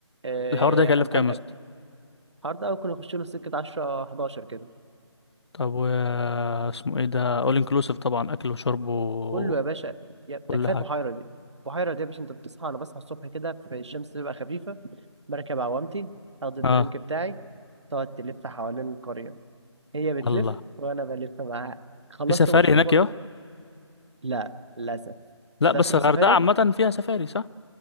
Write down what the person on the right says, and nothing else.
آه،
انت
عندك
الحوار ده ممكن يخش له سكة 10 11 كده
كله يا باشا يا ده كفاية
البحيرة دي البحيرة دي يا باشا انت بتصحى انا بصحى الصبح كده في الشمس تبقى خفيفة بركب عوامتي اخد الدرينك
بتاعي تقعد تلف حوالين القرية هي بتلف
وانا بلف معاها خلصت
مشروبك
لا للاسف
انت
عايز تروح
سفاري